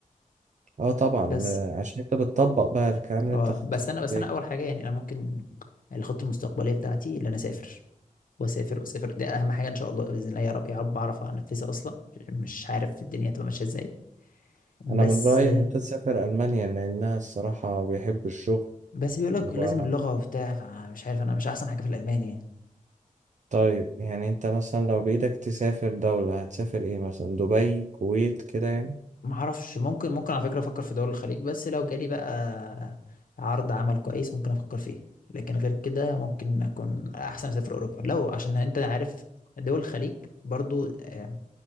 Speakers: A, on the right (about 55°); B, on the left (about 70°).
A: اه طبعا
B: بس
A: ما- عشان انت بتطبق بقى الكلام اللي
B: اه
A: انت خدته
B: بس
A: في
B: انا بس
A: الكلية
B: انا اول حاجه يعني انا ممكن الخطه المستقبليه بتاعتي ان انا اسافر واسافر واسافر دي اهم حاجه ان شاء الله باذن الله يا رب يا رب اعرف انفذها اصلا مش عارف الدنيا هتبقى ماشيه ازاي بس
A: انا من رأيي ان انت تسافر المانيا لانها الصراحة بيحب الشغل
B: بس بيقول لك
A: و...
B: لازم اللغه وبتاع فمش عارف انا مش احسن حاجه في الالماني
A: طيب يعني انت مثلا لو بايدك تسافر دولة هتسافر ايه مثلا دبي كويت كده يعني
B: ما اعرفش ممكن ممكن على فكره افكر في دول الخليج بس لو جالي بقى عرض عمل كويس ممكن افكر فيه لكن غير كده ممكن اكون احسن اسافر اوروبا لو عشان انت عارف دول الخليج برضو آه،